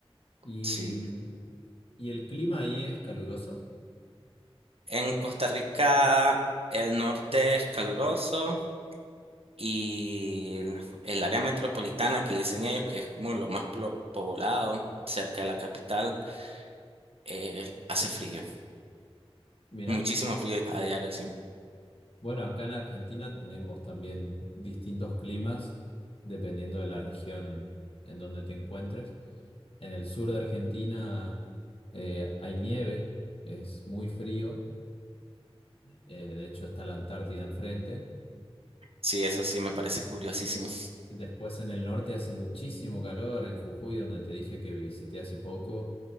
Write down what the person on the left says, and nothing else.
Y,
y el clima ahí es caluroso.
Mira,
bueno, acá en Argentina tenemos también distintos climas dependiendo de la región en donde te encuentres. En el sur de Argentina eh, hay nieve, es muy frío, eh, de hecho está la Antártida enfrente.
Después en el norte hace muchísimo calor, en Jujuy, donde te dije que visité hace poco,